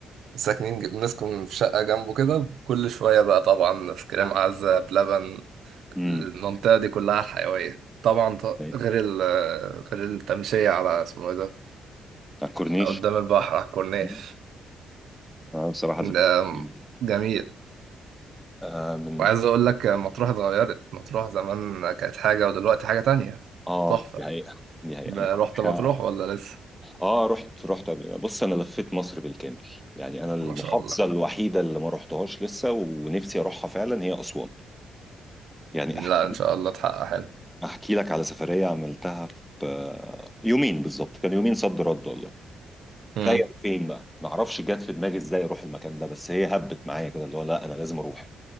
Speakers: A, on the right (about 70°); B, in the centre.
A: ساكنين ج- بنسكن في شقة جنبه كده كل شوية بقى طبعا آيس كريم عزة بلبن
B: امم
A: المنطقة دي كلها حيوية طبعا ط-
B: أيوة.
A: غير ال آه، غير التمشية على اسمه إيه ده
B: على الكورنيش
A: قدام البحر على الكورنيش
B: مم. آه بصراحة ذكريات
A: ده
B: جميلة.
A: جميل
B: آه من
A: وعايز أقول لك آه، مطروح اتغيرت مطروح زمان كانت حاجة ودلوقتي حاجة تانية
B: اه
A: تحفة
B: دي حقيقة دي حقيقة
A: ب-
B: أنا
A: رحت مطروح
B: معايا
A: ولا لسه؟
B: اه رحت رحت قبل كده بص أنا لفيت مصر بالكامل يعني أنا المحافظة
A: ما شاء الله
B: الوحيدة اللي ما رحتهاش لسه ونفسي أروحها فعلا هي أسوان يعني
A: لا
B: أحكي
A: ان شاء الله تحقق حلو
B: أحكي لك على سفرية عملتها في آه، يومين بالظبط كان يومين صد رد والله تخيل
A: امم
B: فين بقى ما اعرفش جت في دماغي ازاي اروح المكان ده بس هي هبت معايا كده اللي هو لا انا لازم اروح